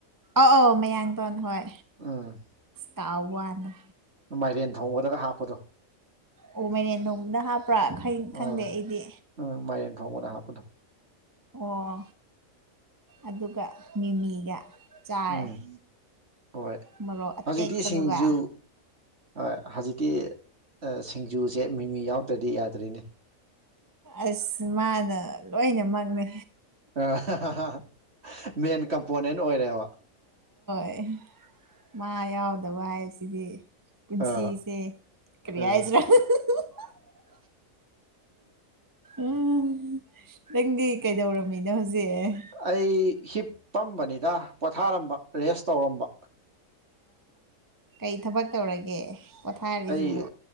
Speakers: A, on the right; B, on the right.
A: ꯑꯥ ꯑꯣ ꯃꯌꯥꯡꯇꯣꯟ ꯍꯣꯏ
B: ꯑꯝ
A: ꯀꯥꯎ ꯋꯥꯟꯗ
B: ꯃꯥꯏꯔꯦꯟ ꯊꯣꯡꯕꯗꯒ ꯍꯥꯞꯄꯗꯣ
A: ꯑꯣ ꯃꯥꯢꯔꯦꯟ ꯊꯣꯡꯕꯗ ꯍꯥꯞꯄ꯭ꯔ ꯈꯩ ꯈꯪꯗꯦ
B: ꯑꯥ
A: ꯑꯩꯗꯤ
B: ꯎꯝ ꯃꯥꯏꯔꯦꯟ ꯊꯣꯡꯕꯗ ꯍꯥꯞꯄꯗꯣ
A: ꯑꯣ ꯑꯗꯨꯒ ꯃꯤꯃꯤꯒ ꯆꯥꯔꯦ
B: ꯎꯝ ꯍꯣꯏ
A: ꯃꯔꯣꯛ ꯑꯇꯦꯛꯄꯗꯨꯒ
B: ꯍꯧꯖꯤꯛꯇꯤ ꯁꯤꯡꯖꯨ ꯍꯣꯏ ꯍꯧꯖꯤꯛꯇꯤ ꯑꯥ ꯁꯤꯡꯖꯨꯁꯦ ꯃꯤꯃꯤ ꯌꯥꯎꯗ꯭ꯔꯗꯤ ꯌꯥꯗ꯭ꯔꯦꯅꯦ
A: ꯑꯁ ꯃꯥꯅ ꯂꯣꯏꯅꯃꯛꯅꯦ
B: ꯑꯥ ꯍꯥ ꯍꯥ ꯍꯥ ꯍꯥ ꯃꯦꯟ ꯀꯝꯄꯣꯅꯦꯟ ꯑꯣꯏꯔꯦꯕ
A: ꯑꯩ ꯃꯥꯏ ꯀꯗꯕ ꯍꯥꯏꯁꯤꯗꯤ ꯄꯨꯟꯁꯤꯁꯦ
B: ꯑꯥ
A: ꯀꯔꯤ
B: ꯑꯥ
A: ꯍꯥꯏꯁꯤ꯭ꯔꯥ ꯑꯍꯥ ꯍꯥ ꯍꯥ ꯍꯥ ꯎꯝ ꯅꯪꯗꯤ ꯀꯩꯗꯧꯔꯝꯃꯤꯅꯣ ꯍꯧꯖꯤꯛ
B: ꯑꯩ ꯍꯤꯞꯄꯝꯕꯅꯤꯗ ꯄꯣꯊꯥꯔꯝꯕ ꯔꯦꯁ ꯇꯧꯔꯝꯕ
A: ꯀꯔꯤ ꯊꯕꯛ ꯇꯧꯔꯒꯦ ꯄꯣꯊꯥꯔꯤꯁꯤꯕꯣ
B: ꯑꯩ